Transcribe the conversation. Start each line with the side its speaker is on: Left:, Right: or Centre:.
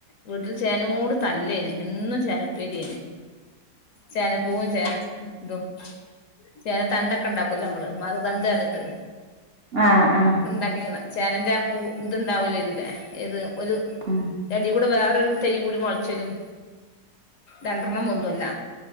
Left: വീട്ടിൽ ചേനയോട് തല്ലായിു എന്നും ചേനപ്പേരിന് ചേനപ്പൂവും ചേന ഇതും ചേന തണ്ടൊക്കെ ഉണ്ടാക്കല്ലോ നമ്മള് മറതണ്ട് പറിട്ട്
Right: ആഹ് ആഹ് ആഹ്
Left: ഉണ്ടാക്കണ ചേനന്റെ ആപ്പോ ഇതുണ്ടാവ വരില്ലേ ഇഏത് ഒരു
Right: ഉം
Left: എടി കൂടെ വേ രു തയ്യും കൂടി മുളച്ചരും രണ്ടെണ്ണം പൊന്തൊല്ല